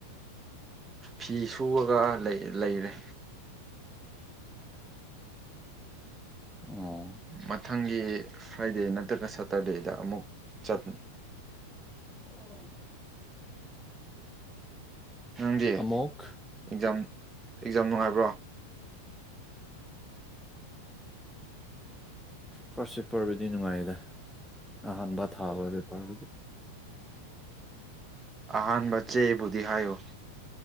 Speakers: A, on the right; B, in the centre.
A: ꯐꯤ ꯁꯨꯑꯒ ꯂꯩꯔꯦ
B: ꯑꯣ
A: ꯃꯊꯪꯒꯤ ꯐ꯭ꯔꯥꯏꯗꯦ ꯅꯠꯇ꯭ꯔꯒ ꯁꯇꯔꯗꯦꯗ ꯑꯃꯨꯛ ꯆꯠꯅꯤ
B: ꯑꯣ
A: ꯅꯪꯗꯤ
B: ꯑꯃꯨꯛ
A: ꯑꯦꯛꯖꯥꯝ ꯑꯦꯛꯖꯥꯝ ꯅꯨꯡꯉꯥꯏꯕ꯭ꯔꯣ
B: ꯐꯥꯔꯁ ꯄꯦꯄꯔꯕꯨꯗꯤ ꯅꯨꯡꯉꯥꯏꯗ ꯑꯍꯥꯟꯕ ꯊꯥꯕ ꯄꯦꯄꯔꯕꯨꯗꯤ ꯑ
A: ꯑꯍꯥꯟꯕ ꯆꯦꯕꯨꯗꯤ ꯍꯥꯏꯌꯨ